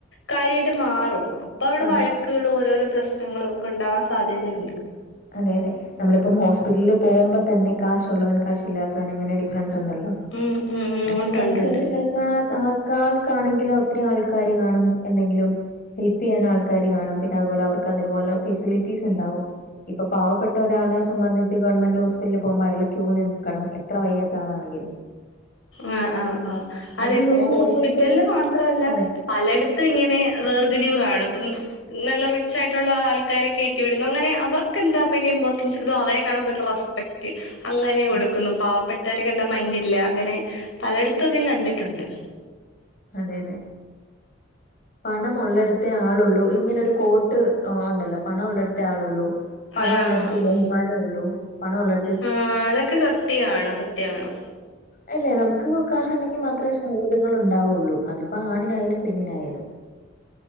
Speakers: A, on the left; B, on the left.
A: കാര്യായ്ട്ട് മാറും അപ്പ അവടെ
B: അതെ
A: വഴക്ക്കളോ ഒരോരോ പ്രശ്നങ്ങളും ഒക്കെ ഉണ്ടാവാൻ സാധ്യതേണ്ട്
B: അതെ അതെ നമ്മളിപ്പം ഹോസ്പിറ്റലിൽ പോകുമ്പോ തന്നെ കാശൊള്ളവൻ കാശില്ലാത്തവൻ അങ്ങനെ ഡിഫറൻസ് ഒണ്ടല്ലോ
A: ഉം ഉം ഉം
B: അപ്പം
A: ഉണ്ട്
B: പൈസ
A: ഉണ്ട് ഉണ്ട്
B: ഒള്ളവൻ ക്കാൾക്കാണെങ്കിലു ഒത്തിരി ആൾക്കാര് കാണും എന്തെങ്കിലും ഹെൽപെയ്യാനാൾക്ക ക്കാര് കാണും പിന്ന അതുപോലെ അവർക്ക് അതിൻ പോലെ ഫെസിലിറ്റീസ് ഇണ്ടാവും ഇപ്പൊ പാവപ്പെട്ട ഒരാളെ സംബന്ധിച്ച് ഗവൺമെന്റ് ഹോസ്പിറ്റൽല് പോവുമ്പ അയാള് ക്യൂ നിന്ന് ക്കണം എത്ര വയ്യാത്ത ആളാണെങ്കിലും
A: ആ ആ ആ അതെ
B: അത് യൂഷ്വലി
A: ഹോ ഹോസ്പിറ്റലല്
B: നമ്മളിപ്പോഴും
A: മാത്രൊല്ല
B: അതെ
A: പലേടത്തും ഇങ്ങനെ വേർതിരിവ് കാണും ഈ നല്ല റിച്ച് ആയിട്ടൊള്ള ആൾക്കാരെക്കെ കേറ്റിവിടുന്നു അങ്ങനെ അവർക്കെന്താ ഭയങ്കര ഇമ്പോർട്ടൻസ് ഇടുതോ അവരെ കാണുമ്പോ ഇത്ര റെസ് പെക്റ്റ് അങ്ങനെ കൊടുക്കുന്നു
B: അതെ
A: പാവപ്പെട്ടവരിക്ക് എന്താ മൈൻഡില്ലേ അങ്ങനെ പലേട്ത്തു ഇത് കണ്ടിട്ടുണ്ട്
B: അതെ അതെ പണം ഒള്ളടുത്തേ ആളുള്ളൂ ഇങ്ങനെ ഒരു കോട്ട് ഒ ഒണ്ടല്ലോ പണൊള്ളിടത്തേ ആളൊള്ളൂ പണം
A: ആഹ്
B: ഒള്ളടത്തേ ബഹുമാനോം ഒള്ളൂ പണം ഒള്ളട
A: ആ അതൊക്കെ സത്യാണ് സത്യാണ്
B: അല്ലേ നമുക്ക് കാശുണ്ടെങ്കി മാത്രേ സൗഹൃദങ്ങൾ ഉണ്ടാവുള്ളൂ അതിപ്പോ ആണിനായാലും പെണ്ണിനായാലും